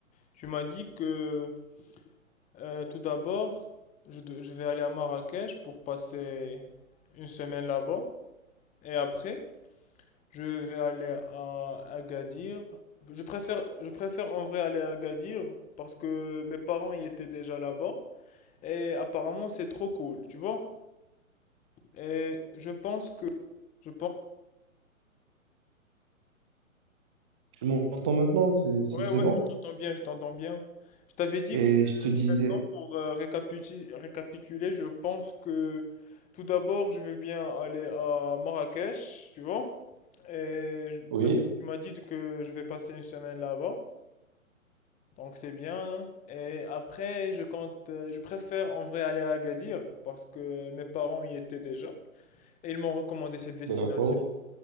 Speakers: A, on the left; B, in the centre.
A: tu m'as dit que Euh, tout d'abord, je, de- je vais aller à Marrakech pour passer une semaine là-bas. Et après, je vais aller à Agadir. Je préfère, je préfère en vrai aller à Agadir parce que mes parents y étaient déjà là-bas. Et apparemment, c'est trop cool, tu vois? Et je pense que... Je pense...
B: tu m'entends maintenant, c'est c'est-
A: Ouais,
B: c'est
A: ouais,
B: bon.
A: je t'entends bien, je t'entends bien. Je t'avais dit
B: Et je te disais,
A: Maintenant, pour euh, récapitu- récapituler, je pense que tout d'abord, je vais bien aller à Marrakech, tu vois. Et je- donc,
B: oui,
A: tu m'as dit que je vais passer une semaine là-bas, donc c'est bien. Et après, je compte, euh, je préfère en vrai aller à Agadir parce que mes parents y étaient déjà et ils m'ont recommandé cette destination.
B: d'accord,